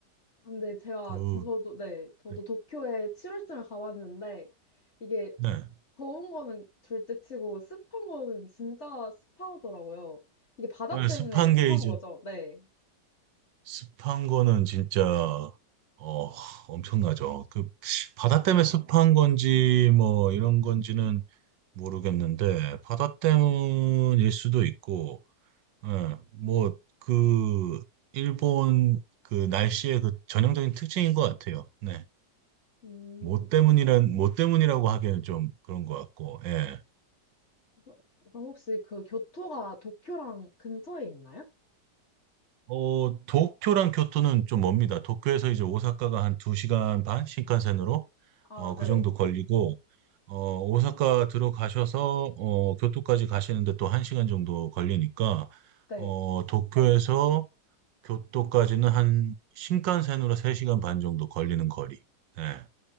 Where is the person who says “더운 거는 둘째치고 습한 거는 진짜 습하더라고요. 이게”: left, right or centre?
Left